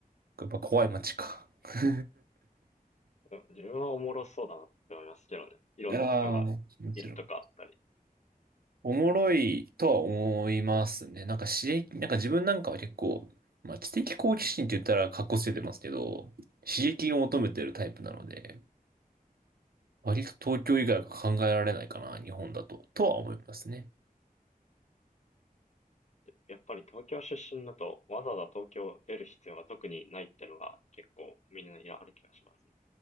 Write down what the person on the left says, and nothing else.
でも自分はおもろそうだなって思いますけどね。いろんな人がいるとかあったり。
やっぱり東京出身だとわざわざ東京出る必要が特にないってのが結構みんなやある気がしますね。